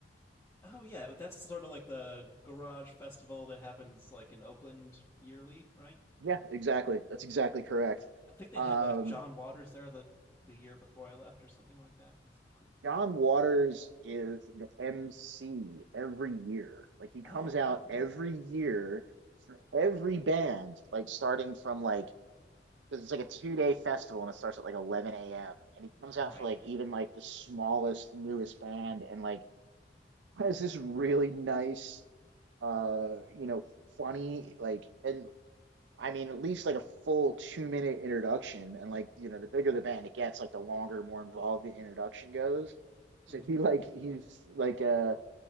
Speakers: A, on the left; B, on the right.
A: Oh yeah, that's sort of like the garage festival that happens like in Oakland yearly, right?
B: Yeah, exactly. That's exactly correct.
A: I think they
B: Um,
A: had like John Waters there the the year before I left or something like that. That seemed cool.
B: John Waters is the MC every year. Like he comes
A: Oh, I
B: out
A: didn't know
B: every
A: that.
B: year for every band, like starting from like because it's like a two day festival and it starts at like 11 a.m. and he comes out
A: Right.
B: for like even like the smallest newest band and like has this really nice uh you know funny like and I mean at least like a full two minute introduction and like you know the bigger the band it gets like the longer more involved the introduction goes so
A: hmm
B: he like he's like a